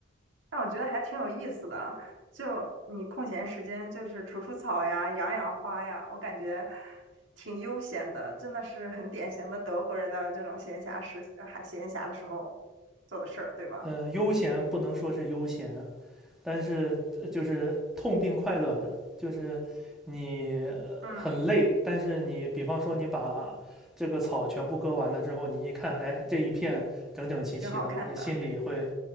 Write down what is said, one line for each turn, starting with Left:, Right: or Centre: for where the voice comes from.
Right: 但我觉得还挺有意思的。就你空闲时间，就是除除草呀，养养花呀，我感觉挺悠闲的，真的是很典型的德国人的这种闲暇时，呃还闲暇的时候做的事儿，对吧？
Centre: 呃，悠闲不能说是悠闲，但是呃就是痛并快乐着，就是你呃很累，
Right: 嗯，
Centre: 但是你比方说你把这个草全部割完了之后，你一看，哎，这一片整整齐齐的，
Right: 挺好看的。
Centre: 你心里会